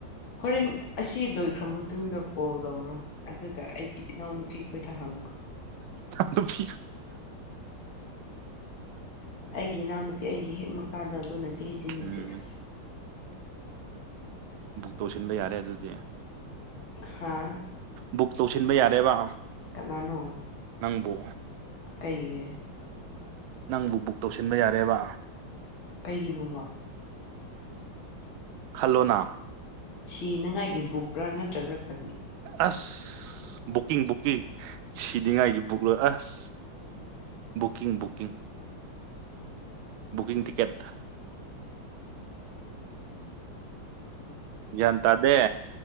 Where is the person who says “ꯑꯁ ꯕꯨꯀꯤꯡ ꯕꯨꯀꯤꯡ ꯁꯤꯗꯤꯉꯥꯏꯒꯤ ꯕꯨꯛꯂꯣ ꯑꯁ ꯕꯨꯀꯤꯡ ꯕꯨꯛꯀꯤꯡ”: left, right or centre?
Right